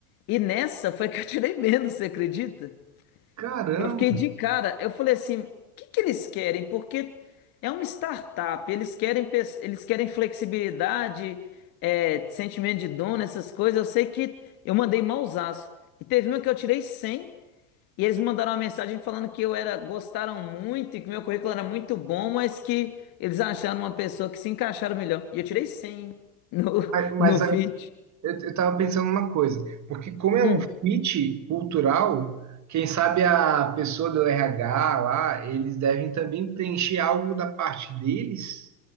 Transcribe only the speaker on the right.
Caramba!
Mas
Eu, eu tava pensando uma coisa, porque como é
o fit cultural, quem sabe a pessoa do RH lá, eles devem também preencher algo da parte deles,